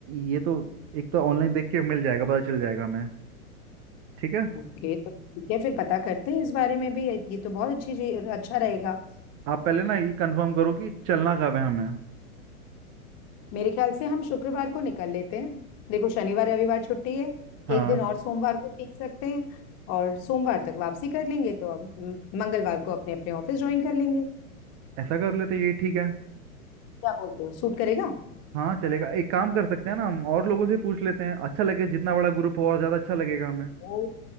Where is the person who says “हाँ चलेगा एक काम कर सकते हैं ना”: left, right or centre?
Right